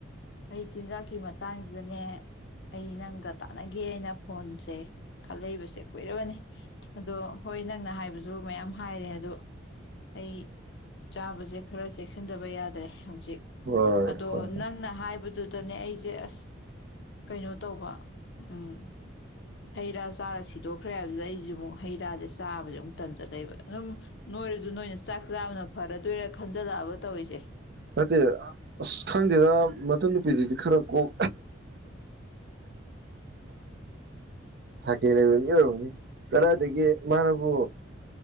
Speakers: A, on the left; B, on the right.
A: ꯑꯩ ꯆꯤꯟꯖꯥꯛꯀꯤ ꯃꯇꯥꯡꯖꯤꯗꯅꯦ ꯑꯩ ꯅꯪꯒ ꯇꯥꯟꯅꯒꯦꯅ ꯐꯣꯟꯁꯦ ꯈꯜꯂꯛꯏꯕꯁꯦ ꯀꯨꯏꯔꯕꯅꯤ ꯑꯗꯣ ꯍꯣꯏ ꯅꯪꯅ ꯍꯥꯏꯕꯖꯨ ꯃꯌꯥꯝ ꯍꯥꯏꯔꯦ ꯑꯗꯣ ꯑꯩ ꯆꯥꯕꯖꯦ ꯈꯔ ꯆꯦꯛꯁꯤꯟꯗꯕ ꯌꯥꯗ꯭ꯔꯦ ꯆꯦꯛ
B: ꯍꯣꯏ
A: ꯑꯗꯣ
B: ꯍꯣꯏ
A: ꯅꯪꯅ ꯍꯥꯏꯞ ꯕꯗꯨꯗꯅꯦ ꯑꯩꯁꯦ ꯑꯁ ꯀꯩꯅꯣ ꯇꯧꯕ ꯎꯝ ꯍꯩ ꯔꯥ ꯆꯥꯔ ꯁꯤꯗꯣꯛꯈ꯭ꯔꯦ ꯍꯥꯏꯕꯗꯨꯗ ꯑꯩꯖꯨ ꯃꯨꯛ ꯍꯩꯔꯥꯖꯦ ꯆꯥꯕꯖꯦ ꯑꯃꯨꯛ ꯇꯟꯖꯟꯂꯏꯕ ꯗꯨꯝ ꯅꯣꯏꯔꯖꯨ ꯅꯣꯏꯅ ꯆꯥꯛꯆꯥꯕꯅ ꯐꯥꯔꯗꯣꯏꯔꯥ ꯈꯟꯖꯜꯂꯛꯑꯕ ꯇꯧꯔꯤꯁꯦ
B: ꯅꯠꯇꯦ ꯑꯁ ꯈꯪꯗꯦꯗ ꯃꯗꯨ ꯅꯨꯄꯤꯗꯨꯗꯤ ꯈꯔ ꯀꯣꯛ ꯁꯥꯀꯦ ꯂꯩꯕ ꯃꯤ ꯑꯣꯏꯔꯝꯒꯅꯤ ꯀꯔꯥꯏꯗꯒꯤ ꯃꯥꯅꯕꯨ